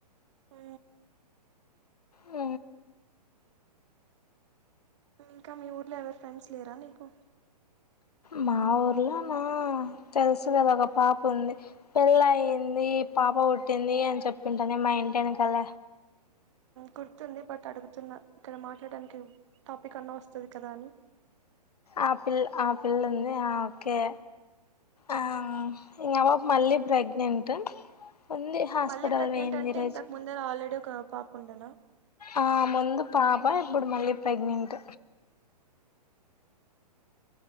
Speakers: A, on the right; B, on the left.
A: ఊ
B: ఊ
A: ఇంకా మీ ఊర్లో ఎవరి ఫ్రెండ్స్ లేరా నీకు
B: మా ఊర్లో నా తెలుసు కదా ఒక పాప ఉంది పెళ్ళయింది ఈ పాప పుట్టింది అని చెప్పింటానే మా ఇంటి యనకాల
A: గుర్తుంది బట్ అడుగుతున్న ఇక్కడ మాట్లాడానికి టాపిక్ అన్నా వస్తది కదా అని
B: ఆ పిల్ ఆ పిల్లుంది ఆ ఓకే ఆ ఇంగ ఆపాప మల్లి ప్రెగ్నెంట్ ఉంది హాస్పిటల్
A: మళ్ళీ ప్రెగ్నెంట్
B: పోయింది
A: అంటే
B: ఈరోజు
A: ఇంతకు ముందర ఆల్రెడీ ఒక పాప ఉండేనా
B: ఆ ముందు పాప ఇప్పుడు మళ్ళీ ప్రెగ్నెంట్